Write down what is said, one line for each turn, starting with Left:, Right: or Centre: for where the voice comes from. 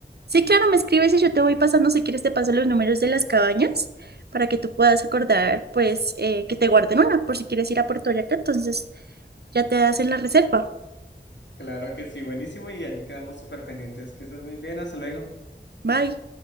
Right: Sí, claro, me escribes y yo te voy pasando, si quieres te paso los números de las cabañas para que tú puedas acordar, pues, eh, que te guarden una por si quieres ir a Puerto Vallarta, entonces ya te hacen la reserva.
Left: Claro que sí, buenísimo y allí quedamos súper pendientes. Que estés muy bien, hasta luego.
Right: Bye.